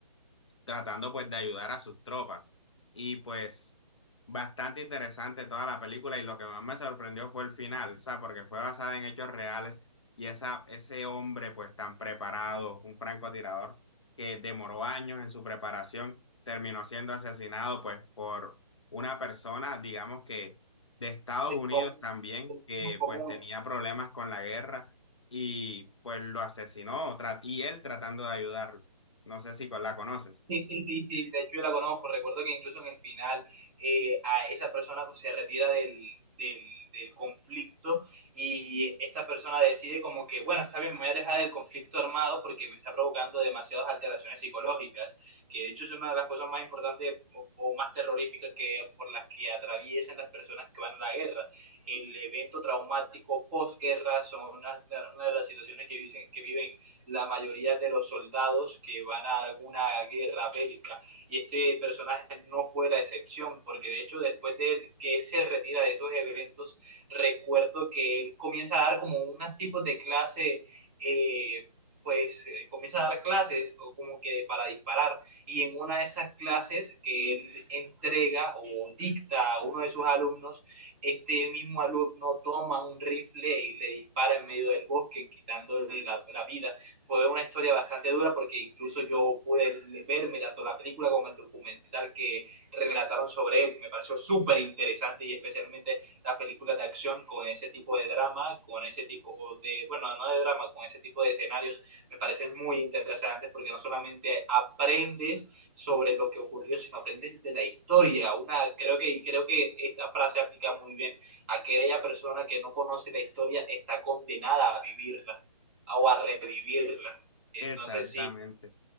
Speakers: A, on the left; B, on the right.
A: tratando pues de ayudar a sus tropas. Y pues bastante interesante toda la película y lo que más me sorprendió fue el final, o sea, porque fue basada en hechos reales y esa, ese hombre pues tan preparado, un francotirador que demoró años en su preparación, terminó siendo asesinado pues por una persona, digamos que de Estados
B: El
A: Unidos
B: com-
A: también,
B: el
A: que
B: común.
A: pues tenía problemas con la guerra y pues lo asesinó tra- y él tratando de ayudarlo. No sé si con- la conoces.
B: Sí, sí, sí, sí, de hecho yo la conozco, recuerdo que incluso en el final eh, a esa persona pues, se retira del, del, del conflicto y esta persona decide como que, bueno, está bien, me voy a alejar del conflicto armado porque me está provocando demasiadas alteraciones psicológicas, que de hecho es una de las cosas más importantes o, o más terroríficas que, por las que atraviesan las personas que van a la guerra. El evento traumático posguerra son una, una de las situaciones que viven, que viven la mayoría de los soldados que van a alguna guerra bélica. Y este personaje no fue la excepción, porque de hecho después de él, que él se retira de esos eventos, recuerdo que él comienza a dar como unos tipos de clase. Eh, pues eh, comienza a dar clases o como que para disparar y en una de esas clases que él entrega o dicta a uno de sus alumnos, este mismo alumno toma un rifle y le dispara en medio del bosque quitándole la, la vida fue una historia bastante dura porque incluso yo pude verme tanto la película como el documental que relataron sobre él. Me pareció súper interesante y especialmente las películas de acción con ese tipo de drama, con ese tipo de, bueno, no de drama, con ese tipo de escenarios, me parecen muy interesantes porque no solamente aprendes sobre lo que ocurrió, sino aprendes de la historia. Una, creo que, creo que esta frase aplica muy bien a aquella persona que no conoce la historia, está condenada a vivirla o a revivirla. Es,
A: Exactamente.
B: no sé si